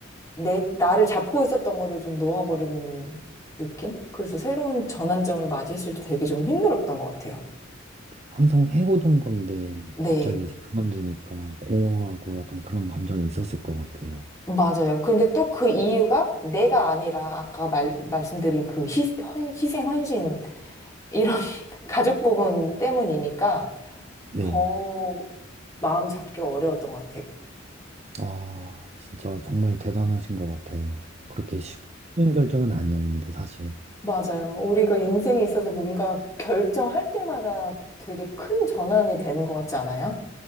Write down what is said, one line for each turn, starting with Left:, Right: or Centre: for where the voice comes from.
Left: 내, 나를 잡고 있었던 거를 좀 놓아버리는 느낌? 그래서 새로운 전환점을 맞이했을 때 되게 좀 힘들었던 것 같아요.
Right: 항상 해오던 건데,
Left: 네,
Right: 갑자기 이제 그만두니까 공허하고 약간 그런 감정이 있었을 것 같아요.
Left: 맞아요. 근데 또 그 이유가 내가 아니라 아까 말, 말씀드린 그 희, 헌, 희생, 헌신, 이런 <laughs> 가족 부분 때문이니까
Right: 네.
Left: 더 마음 잡기 어려웠던 것 같아요.
Right: 아, 진짜 정말 대단하신 것 같아요. 그렇게 쉽- 쉬운 결정은 아니었는데, 사실.
Left: 맞아요. 우리가 인생에 있어서 뭔가 결정할 때마다 되게 큰 전환이 되는 것 같지 않아요?